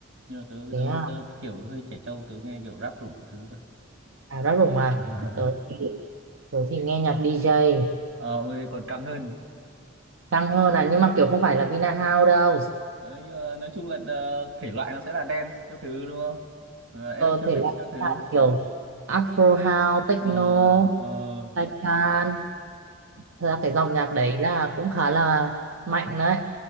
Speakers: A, on the right; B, on the right.
A: Nhưng mà tớ,
B: thế
A: tớ,
B: à,
A: tớ kiểu hơi trẻ trâu, tớ nghe kiểu rap rủng các thứ cơ.
B: à ra rủng mà
A: <laughs>
B: tớ thì, tớ thì nghe nhạc DJ
A: Ờ, ôi thế còn căng hơn.
B: căng hơn là nhưng mà kiểu không phải là Vina House đâu
A: Ờ, nhưng mà nói chung là ờ, thể loại nó sẽ là dance các thứ đúng không? Ờ, electronics
B: ờ, thể loại
A: các thứ.
B: là kiểu Afro House Techno
A: Ờ, ờ.
B: Taipan thật ra cái dòng nhạc đấy là cũng khá là mạnh đấy